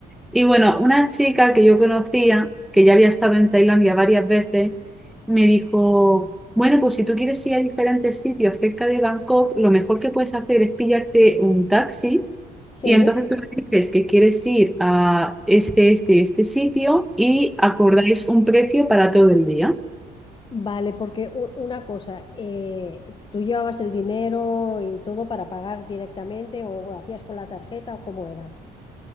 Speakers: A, in the centre; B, on the left (about 30°).
A: Y bueno, una chica que yo conocía, que ya había estado en Tailandia varias veces, me dijo, bueno, pues si tú quieres ir a diferentes sitios cerca de Bangkok, lo mejor que puedes hacer es pillarte un taxi
B: sí.
A: y entonces tú le dices que quieres ir a este, este, este sitio y acordáis un precio para todo el día.
B: Vale, porque u- una cosa, eh, ¿tú llevabas el dinero y todo para pagar directamente o hacías con la tarjeta o cómo era?